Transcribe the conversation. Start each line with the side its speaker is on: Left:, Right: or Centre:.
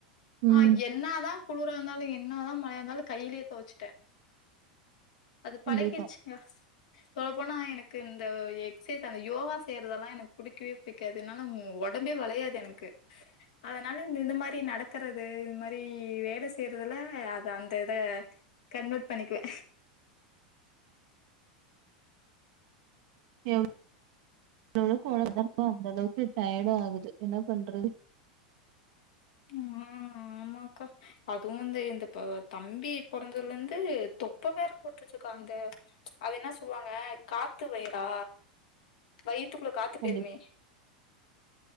Right: ம்
Left: ஆ என்னாதா குளிர இருந்தாலு என்னாதா ந இருந்தானலு கைலே தொவச்சுட்ட அது
Right: கண்டிப்பா
Left: பழகிச்சுங்க சொல்ல போனா எனக் எனக்கு இந்த எக்சைஸ் அந்த யோகா செய்யறதெல்லா எனக்கு புடிக்கவே புடிக்காது என்னால ஒடம்பே வளையாது எனக்கு அதனால இந்த இந்த மாரி நடக்கறது இந்த மாரி வேல செய்றதெவ்லா அது அந்த இத கண்வட் பண்ணிக்குவ
Right: எ <unintelligible> அந்த அளவுக்கு டயர்டு ஆகுது என்ன பண்றது
Left: ஆ ஆமாக்கா அதுவு வந்து இந்த தம்பி பொறந்ததுல இருந்து தொப்ப வற போட்ருச்சுக்கா அந்த அது என்ன சொல்லுவாங்க காத்து வயிறா வை யித்துக்குள்ள காத்து
Right: கண்டிப்
Left: பேருமே